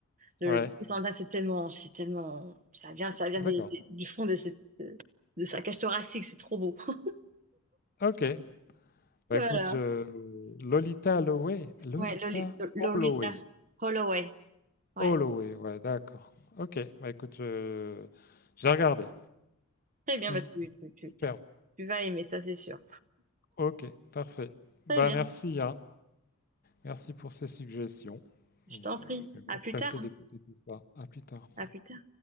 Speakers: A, on the right; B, on the left.
A: le
B: Ouais.
A: right on time, c'est tellement, c'est tellement, ça vient, ça vient
B: Ah,
A: des-
B: d'accord.
A: des- du fond de cette, de, de sa cage thoracique, c'est trop beau. <laughs>
B: OK. Bah,
A: Voilà.
B: écoute, je Lolita Holloway? Lolita
A: Ouais, Loli- Lolita
B: Holloway.
A: Holloway. Ouais.
B: Holloway, ouais, d'accord. OK. Bah, écoute, je je vais regarder.
A: Très bien,
B: Mmh.
A: bah tu, tu, tu, tu,
B: Super.
A: tu vas aimer ça, c'est sûr.
B: OK, parfait.
A: Très
B: Bah,
A: bien,
B: merci, hein. Merci pour ces suggestions.
A: je
B: Et
A: t'en
B: je
A: prie.
B: vais
A: À
B: m'empresser
A: plus tard. hein.
B: d'écouter tout ça. À plus tard.
A: À plus tard.